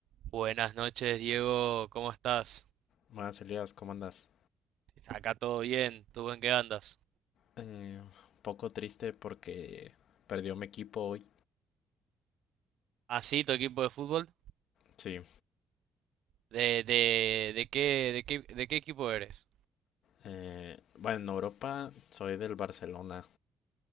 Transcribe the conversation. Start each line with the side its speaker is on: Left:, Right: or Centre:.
Right: Buenas noches, Diego, ¿cómo estás?
Left: Buenas, Elías, ¿cómo andas?
Right: Acá todo bien, ¿tú en qué andas?
Left: Eh, un poco triste porque perdió mi equipo hoy.
Right: ¿Ah, sí, tu equipo de fútbol?
Left: Sí.
Right: ¿De, de, de qué, de qué, de qué equipo eres?
Left: Eh, bueno, en Europa soy del Barcelona